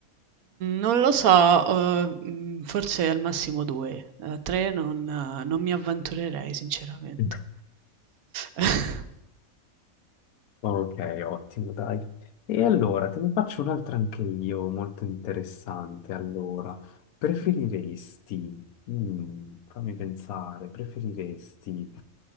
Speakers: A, on the right; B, on the left.
A: non lo so, uhm, mhmm, forse al massimo 2, ehm, 3 non eh, non mi avventurerei sinceramente.
B: <laughs>
A: <laughs>
B: Ok, ottimo, dai. E allora, te ne faccio un'altra anche io, molto interessante. Allora, preferiresti, mm, fammi pensare, preferiresti